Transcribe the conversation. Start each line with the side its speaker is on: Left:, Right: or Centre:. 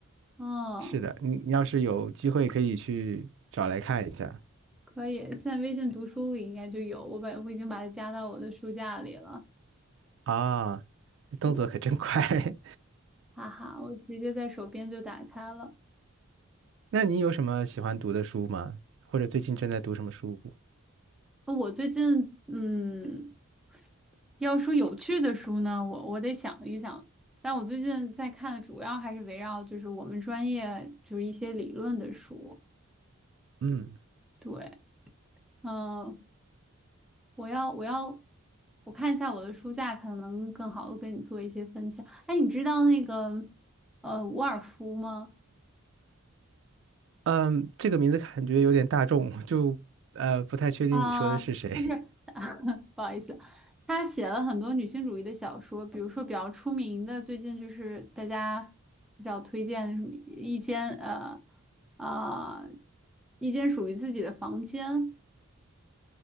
Centre: 嗯。
Right: 是的，你你要是有机会可以去找来看一下
Centre: 可以，现在微信读书里应该就有，我把我已经把它加到我的书架里了。
Right: 啊，动作可真快。
Centre: 对，
Right: <laughs>
Centre: 哈哈，我直接在手边就打开了。
Right: 那你有什么喜欢读的书吗？或者最近正在读什么书？
Centre: 呃我最近，嗯，要说有趣的书呢，我我得想一想。但我最近在看的主要还是围绕就是我们专业就是一些理论的书。
Right: 嗯，
Centre: 对，嗯、我要我要我看一下我的书架，可能更好的跟你做一些分享。哎，你知道那个呃伍尔夫吗？
Right: 嗯，这个名字感觉有点大众，就呃不太确定你说的是谁。
Centre: 啊，就是 <laughs> 不好意思，他写了很多女性主义的小说，比如说比较出名的，最近就是大家比较推荐的什么一间呃啊、一间属于自己的房间，